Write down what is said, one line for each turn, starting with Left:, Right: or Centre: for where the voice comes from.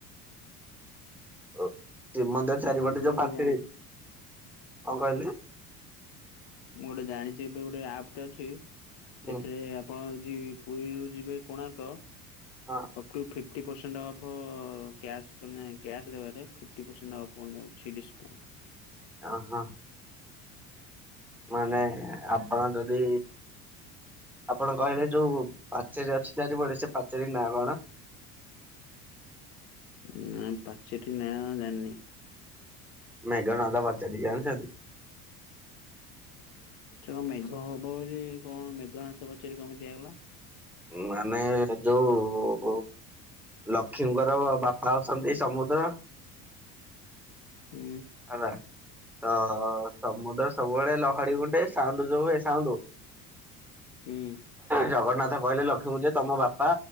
Centre: ଓ ଶ୍ରୀମନ୍ଦିର ଚାରିପଟେ
Left: ମୁଁ ଏବେ
Centre: ଯୋଉ
Left: ଗୋଟେ
Centre: ପାଚେରୀ
Left: ଜାଣି
Centre: କଣ କହିଲେ?
Left: ମୁଁ ଗୋଟେ ଜାଣିଛି ଏବେ ଗୋଟେ ଆପଟେ ଅଛି
Centre: ହୁଁ
Left: ସେଥିରେ ଆପଣ ଯଦି ପୁରୀରୁୁ ଯିବେ କୋଣାର୍କ <inaudible>
Centre: ହଁ
Left: ଫିଫ୍ଟି ପରସେଣ୍ଟ ଅଫ୍ କ୍ୟାସ ମାନେ କ୍ୟାସ ଦେବ ଫିଫ୍ଟି ପରସେଣ୍ଟ ଅଫ୍ ମାନେ ଅଛି ଡିସକାଉଣ୍ଟ।
Centre: ଓହୋ। ମାନେ ଆପଣ ଯଦି ଆପଣ କହିଲେ ଯୋଉ ପାଚେରୀ ଅଛି ଚାରିପଟେ ସେ ପାଚେରୀ ନାଁ କଣ?
Left: ଉଁ ପାଚେରି ନାଁ ଜାଣିନି।
Centre: ମେଘନାଦ ପାଚେରି ଜାଣିଛନ୍ତି?
Left: ସେ ମେଘ ହବ ବୋଲି କଣ ମେଘନାଥ ପାଚେରି କେମିତି ହେଇଗଲା?
Centre: ମାନେ ଯୋଉ ଲକ୍ଷ୍ମୀଙ୍କର ବାପା ଅଛନ୍ତି ସମୁଦ୍ର
Left: ହୁଁ।
Centre: ହେଲା ତ ସମୁଦ୍ର ସବୁବେଳେ ଲହଡି ଗୁଟେ ସାଉଣ୍ଡୁ ଯୋଉ ହୁଏ ସାଉଣ୍ଡୁ।
Left: ହୁଁ।
Centre: ଜଗନ୍ନାଥ। କହିଲେ ଲକ୍ଷ୍ମୀଙ୍କୁଯେ ତମ ବାପା